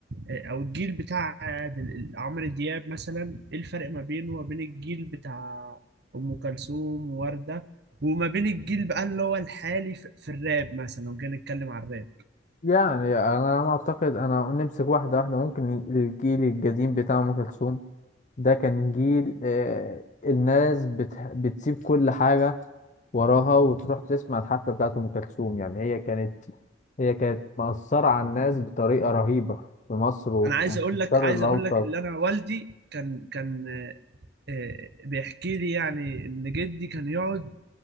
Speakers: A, on the right (about 60°); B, on the left (about 40°).
A: اه، او الجيل بتاع دل- عمرو دياب مثلا ايه الفرق ما بينه وما بين الجيل بتاع ام كلثوم ووردة وما بين الجيل بقى اللي هو الحالي في, في الراب مثلا لو جينا نتكلم عن الراب
B: يعني انا ما اعتقد انا نمسك واحده واحده ممكن الجيل القديم بتاع ام كلثوم ده كان جيل آه، الناس بتح... بتسيب كل حاجه وراها وتروح تسمع الحفله بتاعت ام كلثوم يعني هي كانت هي كانت مأثره على الناس بطريقه رهيبه في مصر وكان
A: انا عايز اقول
B: في الشرق
A: لك عايز
B: الاوسط
A: اقول لك اللي انا والدي كان كان اه، اه، بيحكي لي يعني ان جدي كان يقعد